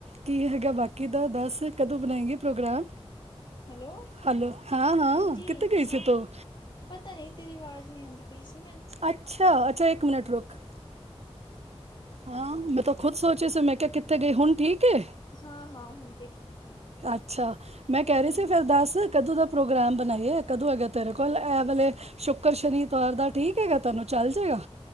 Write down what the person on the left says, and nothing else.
ਹੈਲੋ!
ਹਾਂਜੀ,
ਹਾਂ।
ਪਤਾ ਨੀ ਤੇਰੀ ਆਵਾਜ਼ ਨੀ ਆਂਦੀ ਪਈ ਸੀ
ਹ <inaudible>
ਹਾਂ-ਹਾਂ ਹੁਣ ਤੇ ਠੀਕ ਏ,
ਹਾਂ।